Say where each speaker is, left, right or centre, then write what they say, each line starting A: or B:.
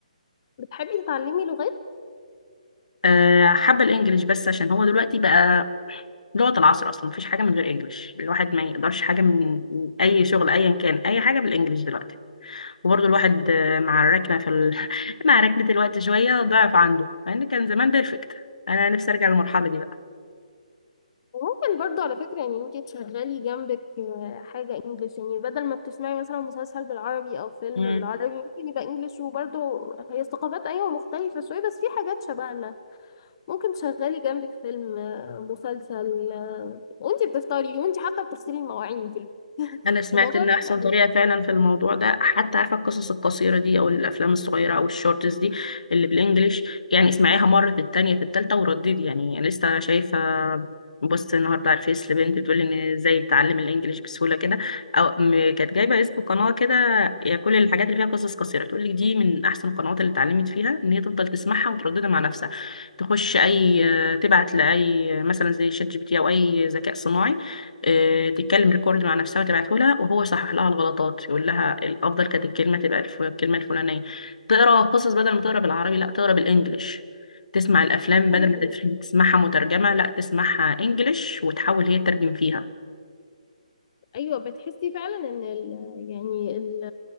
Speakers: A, on the left (about 40°); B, on the left (about 70°).
A: بتحبي تتعلمي لغات
B: آه، حابة الانجليش بس عشان هو دلوقتي بقى لغة العصر اصلا مفيش حاجة من غير انجليش الواحد ما يقدرش حاجة من من اي شغل ايا كان اي حاجة بالانجليش دلوقتي وبرضه الواحد آه، مع الركنة في ال... <laughs> مع ركنة الوقت شوية ضعف عنده مع ان كان زمان بيرفكت انا نفسي ارجع للمرحلة دي بقى
A: وممكن برضو على فكرة يعني انت تشغلي جنبك آه، حاجة انجليش يعني بدل ما بتسمعي مثلا مسلسل بالعربي او فيلم
B: مم.
A: بالعربي ممكن يبقى انجليش وبرضو هي الثقافات ايوه مختلفة شوية بس في حاجات شبهنا ممكن تشغلي جنبك فيلم آه، مسلسل آه، وانت بتفطري وانت حتى بتغسلي المواعين في البيت <laughs>
B: انا سمعت
A: الموضوع
B: ان
A: بيبقى
B: احسن
A: لذيذ.
B: طريقه فعلا في الموضوع ده حتى عارفه القصص القصيره دي او الافلام الصغيره او الشورتس دي اللي بالانجليش يعني اسمعيها مره في التانية في التالتة ورددي يعني لسه شايفه بوست النهارده على الفيس لبنت بتقول ان ازاي بتعلم الانجليش بسهوله كده او م- كانت جايبه اسم قناه كده يعني كل الحاجات اللي فيها قصص قصيره تقول لك دي من احسن القنوات اللي اتعلمت فيها ان هي تفضل تسمعها وترددها مع نفسها تخش اي تبعت لاي مثلا زي شات جي بي تي او اي ذكاء صناعي آه، تتكلم ريكورد مع نفسها وتبعته لها وهو يصحح لها الغلطات يقول لها الافضل كانت الكلمه تبقى الف- الكلمه الفلانيه تقرا قصص بدل ما تقرا بالعربي لا تقرا بالانجلش تسمع الافلام بدل
A: ايوه
B: ما تف- تسمعها مترجمه لا تسمعها انجلش وتحاول هي تترجم فيها
A: ايوه بتحسي فعلا ان ال يعني ال